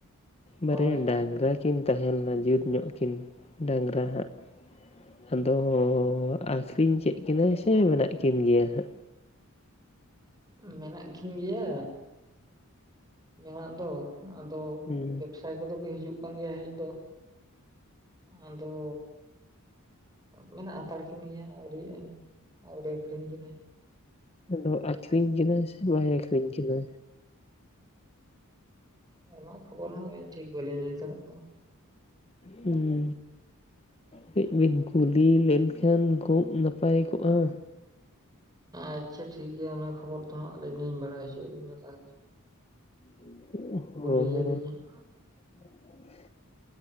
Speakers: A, on the left (about 30°); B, on the right (about 20°).
A: ᱵᱟᱨᱭᱟ
B: ᱦᱳᱭ
A: ᱰᱟᱝᱜᱽᱨᱟ ᱠᱤᱱ ᱛᱟᱦᱮᱸ ᱞᱮᱱᱟ ᱡᱩᱛ ᱧᱚᱜ ᱠᱤᱱ ᱰᱟᱝᱨᱟ ᱦᱟᱸᱜ ᱾ ᱟᱫᱚ ᱟᱹᱠᱷᱨᱤᱧ ᱠᱮᱫ ᱠᱤᱱᱟᱹᱭ ᱥᱮ ᱢᱮᱱᱟᱜ ᱠᱤᱱ ᱜᱮᱭᱟ ᱦᱟᱸᱜ?
B: ᱢᱮᱱᱟᱜ ᱠᱤᱱ ᱜᱮᱭᱟ ᱢᱮᱱᱟᱜ ᱫᱚ, ᱟᱫᱚ
A: ᱦᱩᱸ
B: ᱵᱮᱵᱽᱥᱟᱭᱤ ᱠᱚᱫᱚ ᱠᱚ ᱦᱤᱡᱩᱜ ᱠᱟᱱ ᱜᱮᱭᱟ ᱦᱮᱡ ᱫᱚ, ᱟᱫᱚ ᱢᱮᱱᱟᱜ ᱦᱟᱛᱟᱲ ᱠᱤᱱ ᱜᱮᱭᱟ ᱟᱹᱣᱨᱤᱭᱟᱜ ᱟᱹᱧ ᱾ ᱟᱹᱣᱨᱤ ᱞᱮ ᱟᱹᱠᱷᱨᱤᱧ ᱠᱤᱱᱟᱹ ᱾
A: ᱟᱫᱚ ᱟᱹᱠᱷᱨᱤᱧ ᱠᱤᱱᱟᱭ ᱥᱮ ᱵᱟᱭ ᱟᱹᱠᱷᱨᱤᱧ ᱠᱤᱱᱟᱹ?
B: ᱚᱱᱟ ᱠᱷᱚᱵᱚᱨ ᱦᱚᱸ ᱟᱹᱞᱤᱱ ᱴᱷᱤᱠ ᱵᱟᱹᱞᱤᱧ ᱞᱟᱹᱭ ᱫᱟᱲᱮᱭᱟᱜᱼᱟ ᱠᱟᱱᱟ ᱾
A: ᱦᱩᱸ ᱠᱟᱹᱡ ᱵᱤᱱ ᱠᱩᱞᱤ ᱞᱮᱱᱠᱷᱟᱱ ᱠᱷᱩᱵ ᱱᱟᱯᱟᱭ ᱠᱚᱜᱼᱟ,
B: ᱟᱪᱪᱷᱟ ᱴᱷᱤᱠ ᱜᱮᱭᱟ ᱚᱱᱟ ᱠᱷᱚᱵᱚᱨ ᱫᱚ ᱦᱟᱸᱜ ᱟᱹᱞᱤᱧ ᱞᱤᱧ ᱵᱟᱲᱟᱭ ᱦᱚᱪᱚᱭᱮᱫ ᱵᱤᱱᱟ ᱛᱟᱦᱚᱞᱮ ᱾
A: ᱦᱳᱭ
B: ᱠᱩᱞᱤᱭᱟᱞᱤᱧ ᱦᱟᱸᱜ